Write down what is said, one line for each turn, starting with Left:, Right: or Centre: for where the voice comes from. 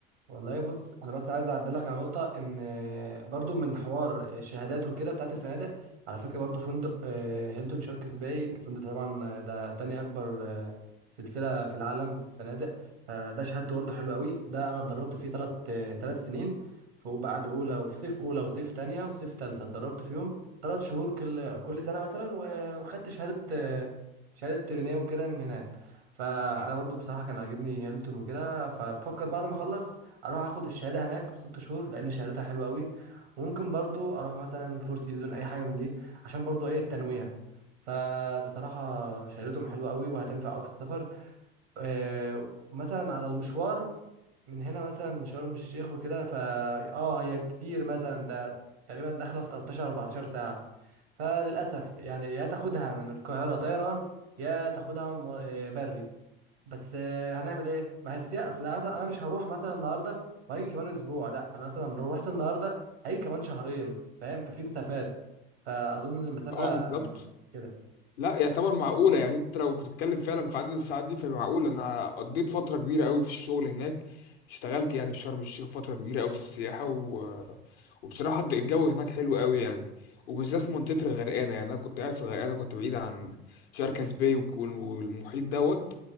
Right: والله بص انا بس عايز اعدلك على نقطه ان آه، برضو من حوار الشهادات وكده بتاعت الفنادق على فكره برضو فندق آه، هيلتون شاركس باي الفندق ده طبعا آه، ده تاني اكبر آه، سلسله في العالم في فنادق فده شهادته برضو حلو قوي ده انا اتدربت فيه ثلاث ثلاث سنين في بعد اولى وفي صيف اولى وصيف تانية وصيف تالتة اتدربت فيهم ثلاث شهور كل كل سنه مثلا و- وخدت شهاده آه، شهاده ترينيه وكده من هناك فانا برضو بصراحه كان عاجبني هيلتون وكده فبفكر بعد ما اخلص اروح اخد الشهاده هناك بست شهور لان شهادتها حلوه قوي وممكن برضو اروح مثلا فور سيزون اي حاجه من دي عشان برضو ايه التنويع فبصراحه شهادتهم حلوه قوي وهتنفع قوي في السفر آه، مثلا على المشوار من هنا مثلا لشرم الشيخ وكده فا اه هي كتير مثلا ده تقريبا داخله في 13 14 ساعه فللاسف يعني يا تاخدها من القاهره طيران يا تاخدها مو- آه، بري بس آه، هنعمل ايه ما هي السياسه اصل انا مثلا انا مش هروح مثلا النهارده وهيجي كمان اسبوع لا انا مثلا لو رحت النهارده هيجي كمان شهرين فاهم ففي مسافات فاظن المسافه
Left: اه بالظبط
Right: آم، كده
Left: لا يعتبر معقولة يعني انت لو بتتكلم فعلا في عدد الساعات دي فهي معقولة انا قضيت فترة كبيرة قوي في الشغل هناك اشتغلت يعني في شرم الشيخ فترة كبيرة قوي في السياحة و... وبصراحة الجو هناك حلو قوي يعني وبالذات في منطقة الغرقانة يعني انا كنت قاعد في الغرقانة كنت بعيد عن شركة سباي وك- وال- والمحيط دوت